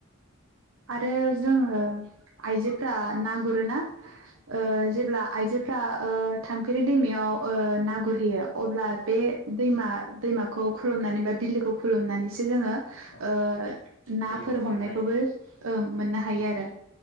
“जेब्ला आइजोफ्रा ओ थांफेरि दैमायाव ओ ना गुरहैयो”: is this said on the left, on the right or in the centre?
Right